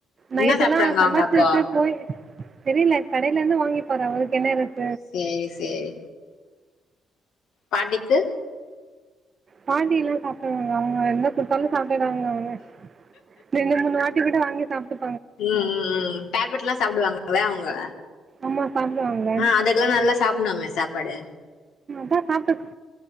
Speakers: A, on the right; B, on the left.
A: நைட்டு
B: என்ன சாப்ட்டாங்க
A: எல்லா சமச்ச
B: அவங்க அப்போ
A: வெச்சு போயி தெரில கடைல இருந்து வாங்கிருப்பாரா அவருக்கு என்ன இது
B: சேரி சேரி பாண்டிக்கு
A: பாட்டி எல்லா சாப்புடுவாங்க அவங்க என்ன குடுத்தாலு சாப்புறாங்க அவங்க ரெண்டு மூணு வாட்டி கூட வாங்கி சாப்புட்டு
B: ம் ம் ம் டேப்லெட் எல்லா சாப்புடுவாங்க நல்ல அவுங்க
A: ஆமா சாப்டுவாங்கள
B: ஆ அதுக்கெல்லா நல்லா சாப்புனுமே சாப்பாடு
A: ட்டா சாப்டுட்டு